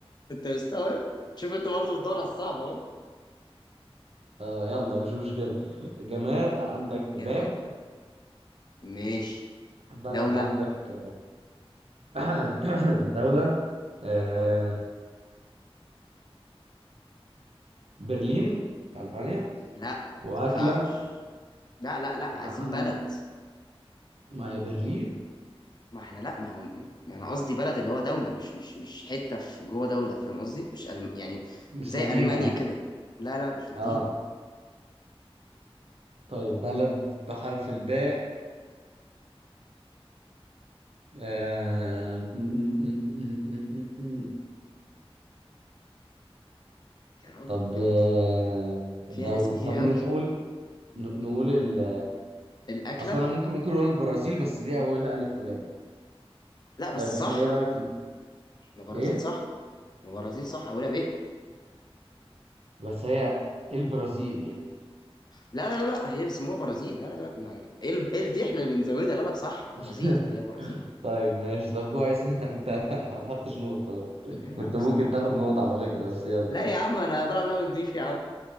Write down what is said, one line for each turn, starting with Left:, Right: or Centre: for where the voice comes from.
Left: انت مستوعب شوف انت برضه بتدور على الصعب اهو
Right: اه يلا مش مشكلة جماد
Left: ماشي.
Right: عندك
Left: جماد
Right: باب
Left: ماشي
Right: بلد
Left: دوله
Right: عندك آه، <clears throat> <coughs> دولة آه،
Left: اه
Right: برلين في ألبانيا
Left: لا ما
Right: وأكلة
Left: ينفعش لا لا لا
Right: عن-
Left: عايزين بلد
Right: ما هي برلين
Left: ما احنا لا ما هو ما انا قصدي بلد اللي هو دوله مش مش مش حته في جوه دوله فاهم قصدي مش ألم... يعني
Right: مش
Left: زي
Right: مدينة
Left: المانيا
Right: يعني
Left: كده لا لا مش مدينه
Right: اه طيب بلد بحرف الباء آه، م- م- م- م- م- م- م.
Left: يا راجل
Right: طب
Left: يا
Right: آه،
Left: راجل فيها
Right: دول
Left: ناس كتير
Right: طب
Left: قوي
Right: ن- نقول ن- نقول ال
Left: الاكله
Right: اصلا انا ممكن ممكن نقول البرازيل بس دي اولها الف ولام
Left: لا بس
Right: طيب احنا
Left: صح
Right: ايه رأيك ن-
Left: البرازيل
Right: ايه
Left: صح البرازيل صح اولها بايه
Right: بس هي البرازيل يعني
Left: لا لا لا هي بيسموها برازيل لا لا لا ما- ايه ال- إيه ال- دي احنا اللي بنزودها لا لا صح البرازيل
Right: <laughs>
Left: هي برازيل
Right: طيب ماشي طب كويس <laughs> انت ما خدتش نقطة
Left: لا
Right: كنت
Left: يا عم صح
Right: ممكن تاخد
Left: كده
Right: نقطة على فكرة بس يلا
Left: لا يا عم انا بلعب لعبه نضيف يا عم